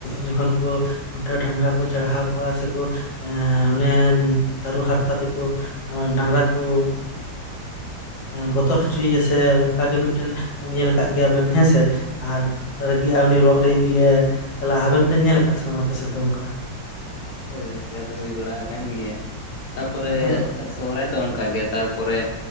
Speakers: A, on the left; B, on the left.
A: ᱡᱚᱠᱷᱚᱱ ᱠᱚ ᱠᱷᱩᱱᱴᱟᱹᱣ ᱰᱟᱝᱨᱟ ᱠᱚ ᱪᱟᱲᱦᱟᱣ ᱠᱚᱣᱟ ᱥᱮᱠᱚ ᱮ ᱚᱱᱮ ᱛᱟᱹᱨᱩᱵ ᱦᱟᱨᱛᱟ ᱛᱮᱠᱚ ᱰᱟᱝᱨᱟ ᱠᱚ ᱵᱚᱛᱚᱨ ᱦᱚᱪᱚᱭᱮᱭᱟ ᱥᱮ ᱚᱱᱠᱟᱜ ᱜᱮ ᱢᱤᱫᱴᱮᱱ ᱧᱮᱞ ᱠᱟᱜ ᱜᱮᱭᱟ ᱵᱮᱱ ᱦᱮᱸᱥᱮ ᱟᱨ ᱨᱟᱹᱜᱤᱜᱼᱟ ᱩᱱᱤ ᱨᱚᱜ ᱞᱟᱹᱜᱤᱫ ᱜᱮ ᱪᱟᱞᱟᱜᱼᱟ ᱟᱵᱮᱱ ᱵᱮᱱ ᱧᱮᱞ ᱟᱠᱟᱫᱼᱟ ᱥᱮ ᱵᱟᱝ ᱟᱯᱮ ᱥᱮᱫ ᱫᱚ ᱚᱱᱠᱟ
B: ᱦᱳᱭ ᱚᱱᱠᱟ ᱫᱚ ᱦᱩᱭ ᱵᱟᱲᱟ ᱟᱠᱟᱱ ᱜᱮᱭᱟ ᱛᱟᱯᱚᱨᱮ
A: ᱟᱫᱚ
B: ᱥᱚᱦᱚᱨᱟᱭ ᱫᱚ ᱚᱱᱠᱟᱜᱮ ᱛᱟᱨᱯᱚᱨᱮ